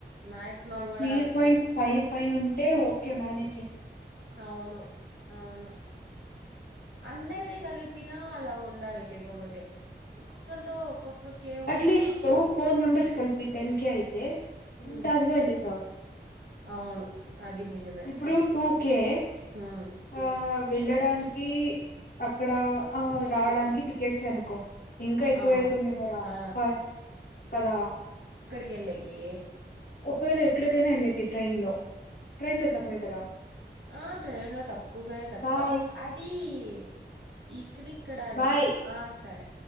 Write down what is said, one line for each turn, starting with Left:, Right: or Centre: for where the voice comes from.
Right: మాక్సిమం
Left: మంచి
Right: కూడా
Left: దే
Right: కాదు
Left: పాయింట్ ఫైవ్ పైన ఉంటే ఓకే మ్యానేజ్
Right: అవును అవును అందరది గలిపి నా అలా ఉండాలి లేకపోతే ఒక్కొక్కరితో ఒక్కొక్కకే ఉన్నా
Left: అట్లీస్ట్ ఫోర్ మెంబర్స్ కలిపి టెన్కె యితే బిందాజ్
Right: ఉమ్
Left: గా ఎల్లేసి రావచ్చు.
Right: అవును అది నిజమే
Left: ఇప్పుడు టూ కేె
Right: ఉమ్
Left: ఆ వెళ్ళడానికి అక్కడ ఆ రావడానికి టికెట్స్ అనుకో ఇంకా ఎక్కువ
Right: ఆ
Left: అయితుందేమోరా
Right: ఆ
Left: ఫైవ్ కదా
Right: టికెట్లకి
Left: ఒకవేళ ఎక్కడికైనా వెళ్ళేకి ట్రైన్ లో ట్రైన్ లో తక్కువే కదా
Right: ఆ ట్రైన్ లో తక్కువగా తక్కువ
Left: బాయ్
Right: అది ఈ ఇక్కడ ఇక్కడ అండి
Left: బాయ్
Right: ఆ సరే.